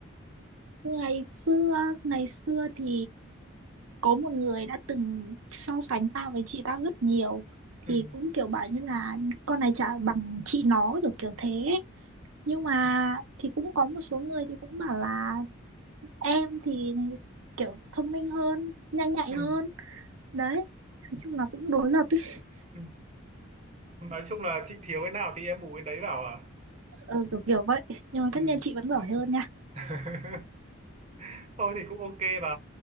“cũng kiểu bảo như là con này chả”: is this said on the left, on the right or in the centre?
Right